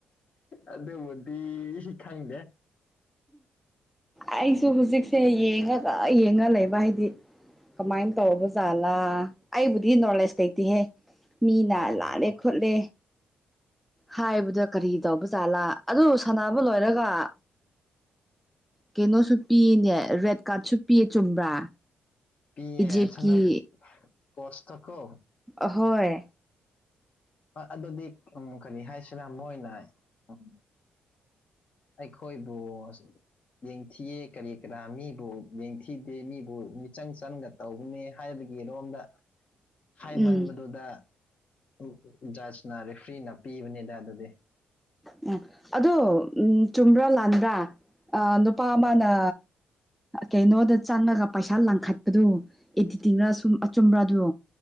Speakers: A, on the left; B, in the centre.
A: ꯑꯗꯨꯕꯨꯗꯤ ꯈꯪꯗꯦ
B: ꯑꯩꯁꯨ ꯍꯧꯖꯤꯛꯁꯦ ꯌꯦꯡꯉꯒ ꯌꯦꯡꯉ ꯂꯩꯕ ꯍꯥꯏꯗꯤ ꯀꯃꯥꯏꯅ ꯇꯧꯕ ꯖꯥꯠꯂꯥ ꯑꯩꯕꯨꯗꯤ ꯅꯣꯂꯦꯖ ꯂꯩꯇꯦꯍꯦ ꯃꯤꯅ
A: ꯑꯣ
B: ꯂꯥꯜꯂꯦ ꯈꯣꯠꯂꯦ ꯍꯥꯏꯕꯗ ꯀꯔꯤ ꯇꯧꯕꯖꯥꯠꯂꯥ ꯑꯗꯨ ꯁꯥꯟꯅꯕ ꯂꯣꯏꯔꯒ ꯀꯩꯅꯣꯁꯨ ꯄꯤꯌꯦꯅꯦ ꯔꯦꯠ ꯀꯥꯔꯠꯁꯨ ꯄꯤꯌꯦ ꯆꯨꯝꯕ꯭ꯔꯥ
A: ꯄꯤꯌꯦ
B: ꯏꯖꯤꯞꯀꯤ
A: ꯁꯅꯝ ꯀꯣꯁꯇ ꯀꯣ
B: ꯑꯍꯣꯏ
A: ꯍꯣꯏ ꯑꯗꯨꯗꯤ ꯎꯝ ꯀꯔꯤ ꯍꯥꯏꯁꯤꯔ ꯃꯣꯏꯅ ꯎꯝ ꯑꯩꯈꯣꯏꯕꯨ ꯁꯨ ꯌꯦꯡꯊꯤꯌꯦ ꯀꯔꯤ ꯀꯔꯥ ꯃꯤꯕꯨ ꯌꯦꯡꯊꯤꯗꯦ ꯃꯤꯕꯨ ꯃꯤꯆꯪ ꯆꯪꯅ ꯇꯧꯕꯅꯤ ꯍꯥꯏꯕꯒꯤꯔꯣꯝꯗ ꯍꯥꯏꯃꯟꯕꯗꯨꯗ
B: ꯎꯝ
A: ꯎꯝ ꯖꯥꯁꯅ ꯔꯦꯐ꯭ꯔꯤꯅ ꯄꯤꯕꯅꯤꯗ ꯑꯗꯨꯗꯤ
B: ꯎꯝ ꯑꯗꯣ ꯎꯝ ꯆꯨꯝꯕ꯭ꯔꯥ ꯂꯥꯟꯕ꯭ꯔꯥ ꯑꯥ ꯅꯨꯄꯥ ꯑꯃꯅ ꯀꯩꯅꯣꯗ ꯆꯪꯉꯒ ꯄꯩꯁꯥ ꯂꯥꯡꯈꯠꯄꯗꯨ ꯑꯦꯗꯤꯇꯤꯡꯔ ꯁꯨꯝ ꯑꯆꯨꯝꯕ꯭ꯔꯥꯗꯣ